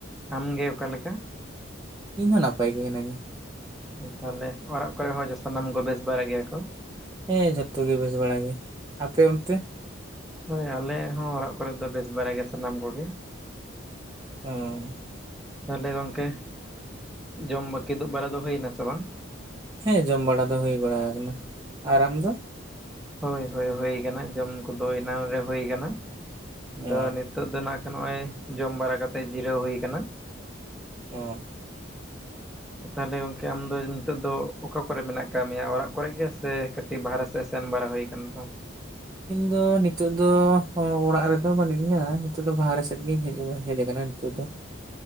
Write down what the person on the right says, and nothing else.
ᱤᱧ ᱦᱚᱸ ᱱᱟᱯᱟᱭ ᱜᱮ ᱦᱤᱱᱟᱹᱧᱟ᱾
ᱦᱮᱸ ᱡᱷᱚᱛᱚ ᱜᱮ ᱵᱮᱥ ᱵᱟᱲᱟ ᱜᱮ᱾ ᱟᱯᱮ ᱚᱱᱛᱮ?
<unintelligible>
ᱦᱮᱸ ᱡᱚᱢ ᱵᱟᱲᱟ ᱫᱚ ᱦᱩᱭ ᱵᱟᱲᱟ ᱟᱠᱟᱱᱟ᱾ ᱟᱨ ᱟᱢ ᱫᱚ?
ᱚ
ᱦᱚᱸ᱾
ᱤᱧ ᱫᱚ ᱱᱤᱛᱚᱜ ᱫᱚ ᱚᱲᱟᱜ ᱨᱮᱫᱚ ᱵᱟᱹᱱᱩᱜ ᱤᱧᱟ, ᱱᱤᱛᱚᱜ ᱫᱚ ᱵᱟᱨᱦᱮ ᱥᱮᱫ ᱜᱮᱤᱧ ᱦᱤᱡᱩᱜᱼᱟ᱾ ᱦᱮᱡᱸ ᱠᱟᱱᱟ ᱱᱤᱛ ᱫᱚ᱾